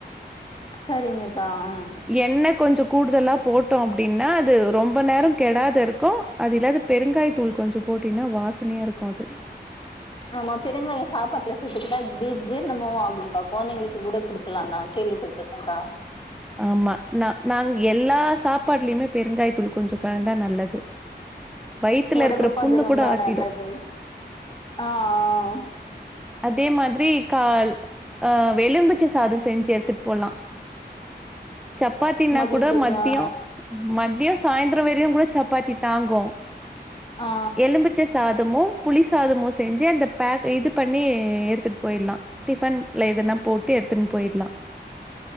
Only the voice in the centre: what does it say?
எண்ண கொஞ்சோ கூடுதலா போட்டோ அப்டின்னா அது ரொம்ப நேரம் கெடாது இருக்கு அது இல்லது பெருங்காய் தூள் கொஞ்சோ போட்டினா வாசனையா இருக்கு அது
ஆமா நா நாங்க எல்லா சாப்பாடுலியுமே பெருங்காயத் தூள் கொஞ்சோ கலந்தா நல்லது வயித்துல
இருக்கிற புண்ணு
கூட ஆத்திடு
அதே மாதிரி கால் ஆ எலும்பிச்ச சாதோ செஞ்சி எடுத்துட்டு போலா சப்பாத்தினா
கூட மத்தியோ
மதியோ சாய்ந்திரோ வரையு கூட சப்பாத்தி தாங்கு
எலும்பி பிச்ச சாதமு புளி சாதமு செஞ்சி அந்த பேக் இது பண்ணி எடுத்துட்டு போயிடுலா டிஃபன்ல எதுனா போட்டு எடுத்துன்னு போயிடலா